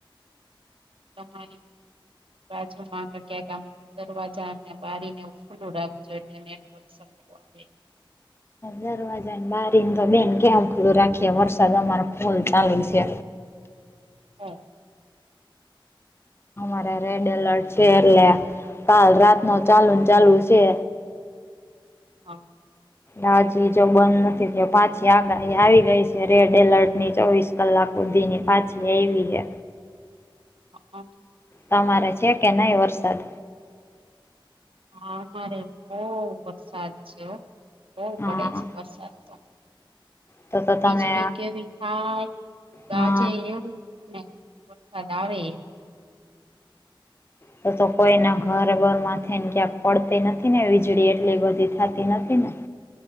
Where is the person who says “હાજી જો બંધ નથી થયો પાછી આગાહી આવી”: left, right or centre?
Left